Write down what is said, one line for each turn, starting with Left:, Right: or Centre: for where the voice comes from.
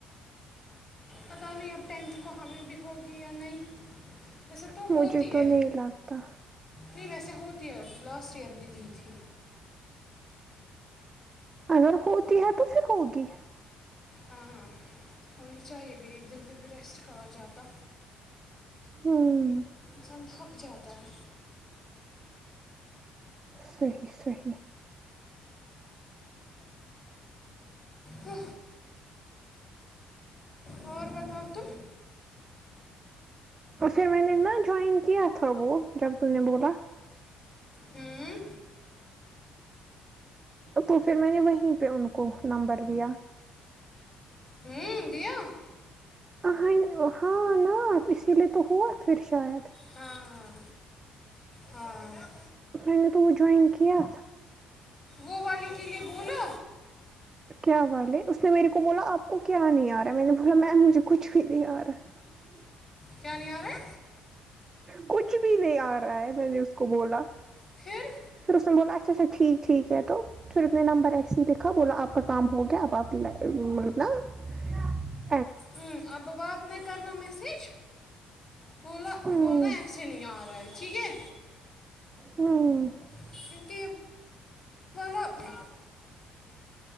Left: پتا نہیں ہے پینٹ کو ہمیں بھی ہوگی یا نہیں ویسے تو
Right: مجھے
Left: ہوتی
Right: تو
Left: ہے
Right: نہیں لگتا
Left: نہیں ویسے ہوتی ہے لاسٹ ایئر بھی دی تھی
Right: اگر ہوتی ہے تو پھر ہوگی
Left: ہاں ہاں ہونی چاہیے بھی ایک دن پھر بھی ریسٹ کا آ جاتا
Right: ہاں
Left: انسان تھک جاتا ہے
Right: صحیح صیح
Left: ہ اور اور بتاؤ تو
Right: تو پھر میں نے ن جوائن کیا تھا وہ جب ت نے بولا
Left: ہوں
Right: تو پھر میں نے وہیں پہ ان کو نمبر دیا
Left: ہوں دیا
Right: یں ہاں نا اسی لیے تو ہوا پھر شاید
Left: ہاں ہاں
Right: میں نے تو وہ جوائن کی آا
Left: او والے کے لیے بولو
Right: کیا والے اس نے میرے کو بولا آپ کو کیا نہیں آ رہا ہے میں نے بولا میم مجھے کچھ بھی نہیں آ رہا ہے
Left: کیا یار ہے
Right: کچھ بھی نہیں آ رہا ہے میں نے اس کو بولا
Left: پھر
Right: پھر اس نے بولا اچھا اچھا ٹھیک ٹھیک ہے تو پھر ا نے نمبر ایسے ہی لکھا بولا آپ کا کام ہو گیا اب آپ مطل ن
Left: وں آ ب بات میں کروا میسیج بولا
Right: ہوں
Left: بولنا ہے ایسے نہیں آ رہا ہے ٹھیک ہے
Right: نہیں
Left: کیونک چلب میں